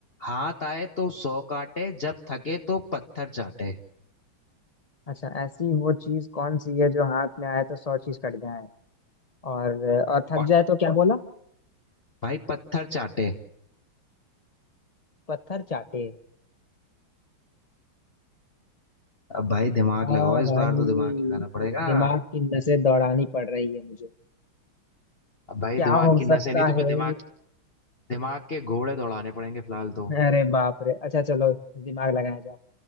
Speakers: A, on the left; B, on the left.
A: हाथ आए तो सौ काटे जब थके तो पत्थर चाटे
B: अच्छा ऐसी वो चीज कौन सी है जो हाथ में आए तो सौ चीज कट जाए और और थक
A: और
B: जाए तो क्या बोला
A: भाई पत्थर चाटे
B: पत्थर चाटे
A: अब भाई दिमाग
B: हाँ
A: लगाओ इस
B: भाई
A: बार तो दिमाग लगाना पड़ेगा
B: दिमाग की नसें दौड़ानी पड़ रही है मुझे
A: अब भाई
B: क्या
A: दिमाग
B: हो
A: की नसें
B: सकता
A: नहीं तो मैं
B: है
A: दिमाग दिमाग के घोड़े दौड़ाने पड़ेंगे फिलहाल तो
B: अरे बाप रे अच्छा चलो दिमाग लगाया जाए